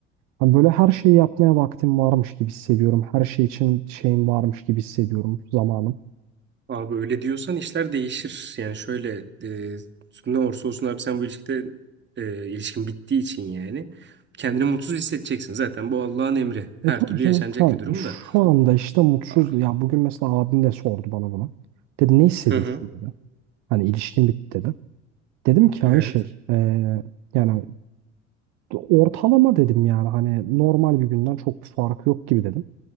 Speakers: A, on the right; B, on the right.
A: Hani böyle her şeyi yapmaya vaktim varmış gibi hissediyorum. Her şey için şeyim varmış gibi hissediyorum zamanım.
B: Abi öyle diyorsan işler değişir. Yani şöyle e, ne olursa olsun abi sen bu ilişkide e, ilişkin bittiği için yani kendini mutsuz hissedeceksin. Zaten bu Allah'ın emri. Her
A: E tabii
B: türlü
A: canım.
B: yaşanacak
A: Ha,
B: bir durum
A: şu
B: da.
A: anda işte mutsuz.
B: Aa,
A: Ya bugün mesela abim de sordu bana bunu. Dedi ne hissediyorsun
B: Hı hı.
A: dedi. Hani ilişkin bitti dedi. Dedim ki
B: Evet.
A: hani şey eee, yani ortalama dedim yani hani normal bir günden çok bir fark yok gibi dedim.